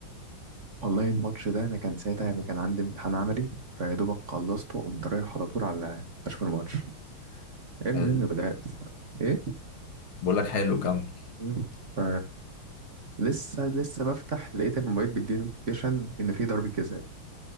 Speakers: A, on the right (about 35°); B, on the left (about 75°).
A: والله الماتش ده انا كان ساعتها يعني كان عندي امتحان عملي فيا دوبك خلصته وقمت رايح على طول على اشوف الماتش ايه المهم
B: حلو.
A: بدات ايه
B: بقول لك حلو كمل
A: مم. ف لسه لسه بفتح لقيت الموبايل بيديني نوتيفيكيشن ان في ضربه جزاء